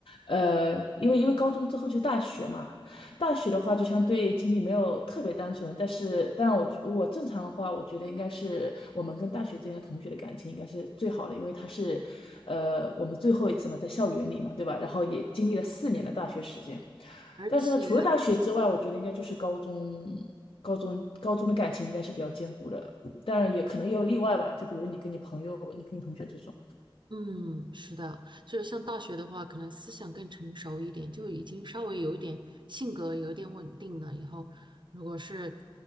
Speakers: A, on the left (about 70°); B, on the right (about 55°).
A: 呃，因为因为高中之后就大学嘛，大学的话，就相对经历没有特别单纯，但是当然我我正常的话，我觉得应该是我们跟大学之间的同学的感情应该是最好的，因为他是，呃，我们最后一次嘛，在校园里嘛，对吧？然后也经历了四年的大学时间，
B: 而且
A: 但是呢，除了大学之外，我觉得应该就是高中。高中高中的感情应该是比较坚固的，当然也可能也有例外吧，就比如你跟你朋友、你跟你同学这种。
B: 嗯，是的，就是像大学的话，可能思想更成熟一点，就已经稍微有一点性格有一点稳定了，以后如果是